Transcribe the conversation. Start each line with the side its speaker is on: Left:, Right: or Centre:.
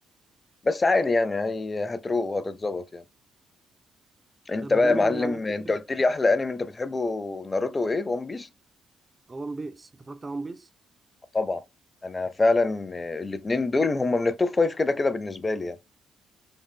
Left: بس عادي يعني هي هتروق وهتتظبط يعني انت
Right: طب بما
Left: بقى يا معلم
Right: إن يعني في
Left: انت
Right: كده
Left: قلت لي احلى انمي انت بتحبه ناروتو وايه وون بيس
Right: ون بيس انت اتفرجت على ون بيس؟
Left: طبعا انا فعلا آه، الاتنين دول هم من التوب فايف كده كده بالنسبه لي يعني